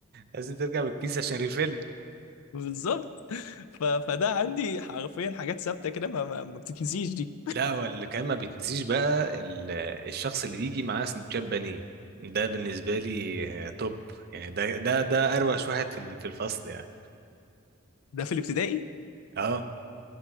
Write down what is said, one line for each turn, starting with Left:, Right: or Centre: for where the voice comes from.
Right: لازم ترجع بالكيس عشان ريفيل
Left: <laughs> بالظبط ف... فده عندي حرفيا حاجات ثابته كده ما... ما... ما بتتنسيش دي
Right: لا هو اللي كان ما بيتنسيش بقى ال- الشخص اللي بيجي معاه سندوتشات بانيه ده بالنسبة لي آه، توب يعني ده ده ده أروش واحد في ال- في الفصل يعني
Left: ده في الابتدائي
Right: اه